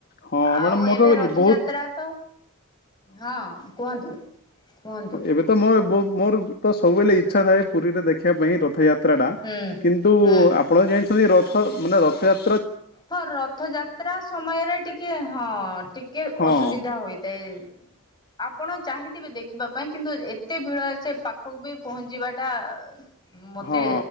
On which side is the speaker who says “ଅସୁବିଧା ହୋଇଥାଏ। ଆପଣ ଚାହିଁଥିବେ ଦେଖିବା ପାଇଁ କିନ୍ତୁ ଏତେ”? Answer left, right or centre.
Left